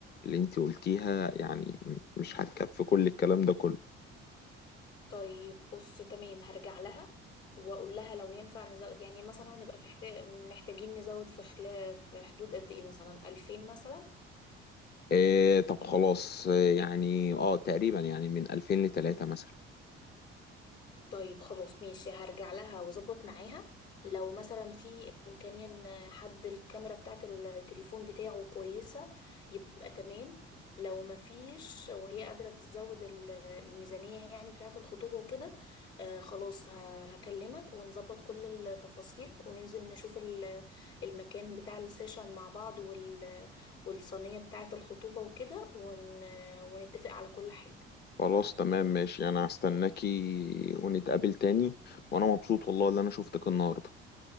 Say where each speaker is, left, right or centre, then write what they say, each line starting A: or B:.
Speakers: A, on the left; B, on the left.
A: اللي انت قلتيها يعني مش هتكفي كل الكلام ده كله
B: طيب بص تمام هرجع لها واقول لها لو ينفع نزود يعني مثلا هنبقى في حت- محتاجين نزود في خلاف في حدود قد ايه مثلا 2000 مثلا
A: إيه طب خلاص إيه يعني اه تقريبا يعني من 2000 لتلاتة مثلا
B: طيب خلاص ماشي هرجع لها واظبط معاها لو مثلا في امكانيه ان حد الكاميرا بتاعه التليفون بتاعه كويسه يبقى تمام لو ما فيش وهي قادره تزود ال- الميزانيه يعني بتاعه الخطوبه وكده آه خلاص ه- هكلمك ونظبط كل التفاصيل وننزل نشوف ال- المكان بتاع السيشن مع بعض وال والصينيه بتاعه الخطوبه وكده ون ونتفق على كل حاجه
A: خلاص تمام ماشي انا هستناكي ونتقابل تاني وانا مبسوط والله اللي انا شفتك النهارده